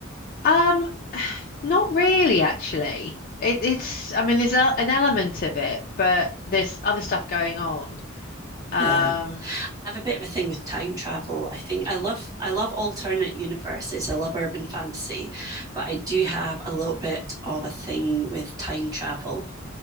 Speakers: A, on the left; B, on the right.
A: um, <sighs> not really, actually. It, it's, I mean, there's a, an element of it, but there's other stuff going on. Um,
B: Yeah. I have a bit of a thing with time travel. I think I love I love alternate universes. I love urban fantasy, but I do have a little bit of a thing with time travel.